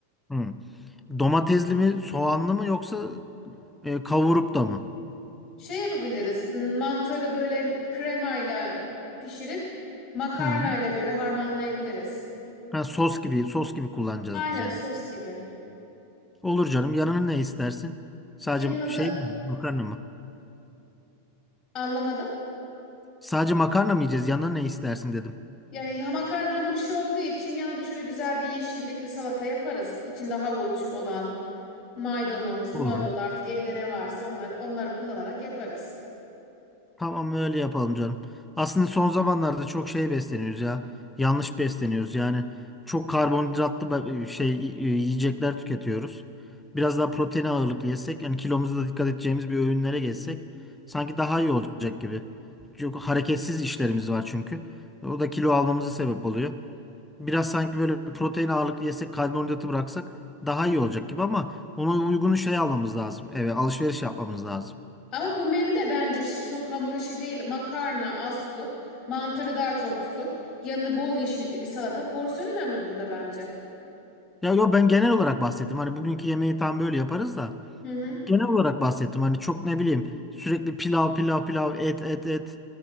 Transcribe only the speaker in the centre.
Hı. Domatesli mi, soğanlı mı yoksa e, kavurup da mı?
Hı.
Ha, sos gibi, sos gibi kullanacağız
yani.
Olur canım. Yanına ne istersin? Sadece
şey
mi? Makarna mı?
Sadece makarna mı yiyeceğiz? Yanına ne istersin dedim.
Olur.
Tamam öyle yapalım canım. Aslında son zamanlarda çok şey besleniyoruz ya. Yanlış besleniyoruz. Yani çok karbonhidratlı ba- e, şey y- yiyecekler tüketiyoruz. Biraz daha protein ağırlıklı yesek, yani kilomuza da dikkat edeceğimiz bir öğünlere geçsek sanki daha iyi olacak gibi. Çok hareketsiz işlerimiz var çünkü. O da kilo almamıza sebep oluyor. Biraz sanki böyle protein ağırlıklı yesek, karbonhidratı bıraksak daha iyi olacak gibi ama ona uygun şey almamız lazım. Evet, alışveriş yapmamız lazım.
Ya yo ben genel olarak bahsettim. Hani bugünkü yemeği tam böyle yaparız da
genel olarak bahsettim. Hani çok ne bileyim sürekli pilav pilav pilav et et et.